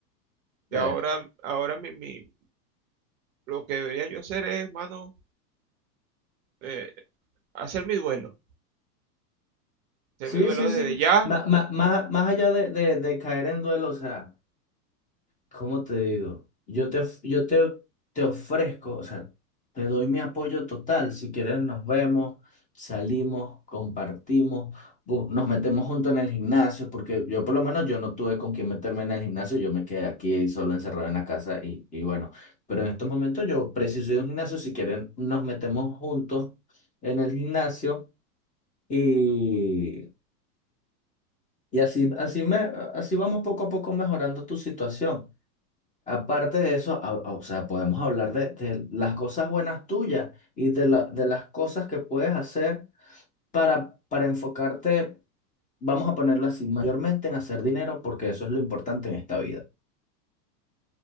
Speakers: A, on the right; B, on the left.
A: Y
B: bueno.
A: ahora, ahora mi, mi- lo que debería yo hacer es, mano, eh, hacer mi duelo. Hacer
B: Sí,
A: mi duelo
B: sí,
A: desde
B: sí.
A: ya
B: Má- má- Más, más allá de, de, de caer en duelo, o sea. ¿Cómo te digo? Yo te, of- yo te, te ofrezco, o sea, te doy mi apoyo total. Si quieres, nos vemos, salimos, compartimos, bu- nos metemos juntos en el gimnasio, porque yo por lo menos yo no tuve con quién meterme en el gimnasio, yo me quedé aquí solo encerrado en la casa y, y bueno, pero en estos momentos yo preciso de un gimnasio, si quieren, nos metemos juntos en el gimnasio y, y así, así, me, así vamos poco a poco mejorando tu situación. Aparte de eso, a- a- o sea, podemos hablar de, de las cosas buenas tuyas y de, la- de las cosas que puedes hacer para, para enfocarte, vamos a ponerlo así, mayormente en hacer dinero, porque eso es lo importante en esta vida.